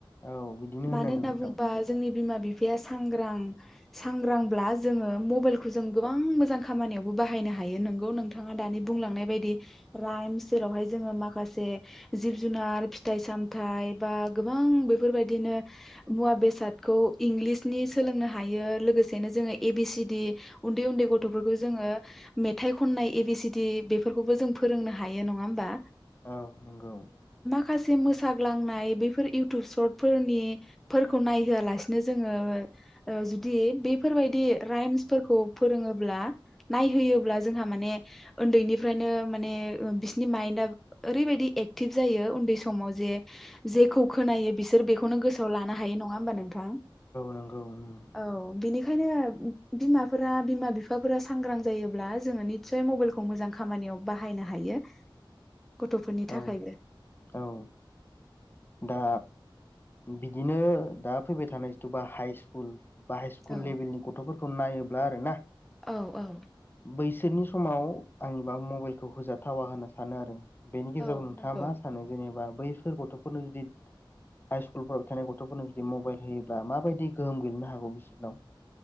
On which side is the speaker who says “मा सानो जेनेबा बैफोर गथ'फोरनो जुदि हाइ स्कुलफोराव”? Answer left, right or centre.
Left